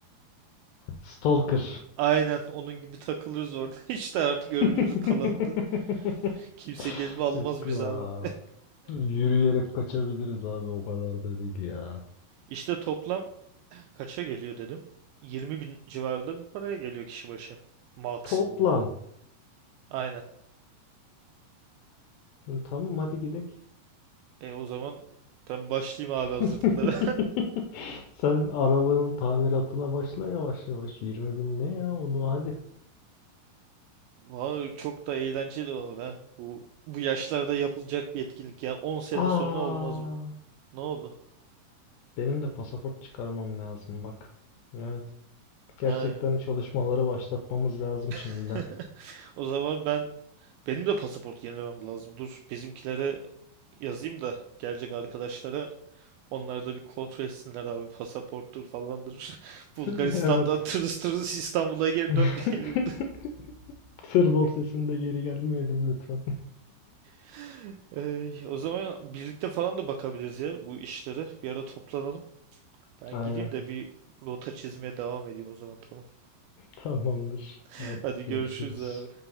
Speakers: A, on the left; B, on the right.
A: Stalker.
B: Aynen onun gibi takılırız orada. <laughs> İşte artık ömrümüzün
A: <laughs>
B: kalanında. Kimse gezme almaz
A: Yok
B: biz
A: ya.
B: abi.
A: Yürüyerek kaçabiliriz abi o kadar da değil ya.
B: İşte toplam kaça geliyor dedim. 20 bin civarında bir paraya geliyor kişi başı. Maksimum
A: Toplam.
B: o da. Aynen.
A: E, Tamam hadi gidelim.
B: E o zaman ben başlayayım abi hazırlıklara.
A: <laughs> Sen arabanın tamiratına başla yavaş yavaş. 20 bin ne ya onu hadi.
B: <laughs> Vallahi çok da eğlenceli olur ha. Bu bu yaşlarda yapılacak bir etkinlik ya. 10 sene
A: Aa,
B: sonra olmaz mı? Ne oldu?
A: benim de pasaport çıkarmam lazım bak. Evet. Gerçekten
B: Ha.
A: çalışmaları başlatmamız lazım şimdiden.
B: <laughs> O zaman ben Benim de pasaport yenilemem lazım. Dur bizimkilere yazayım da gelecek arkadaşlara onlar da bir kontrol etsinler abi pasaporttur falandır. <laughs>
A: <laughs>
B: Bulgaristan'dan
A: Evet.
B: tırıs tırıs İstanbul'a geri
A: <laughs>
B: dönmeyelim.
A: Sır dorsesinde geri gelmeyelim lütfen.
B: <laughs> Ey, o zaman birlikte falan da bakabiliriz ya bu işlere. Bir ara toplanalım. Ben
A: Aynen.
B: gideyim de bir rota çizmeye devam edeyim o zaman tamam.
A: Tamamdır.
B: <laughs>
A: Artık
B: Hadi
A: görüşürüz.
B: görüşürüz abi.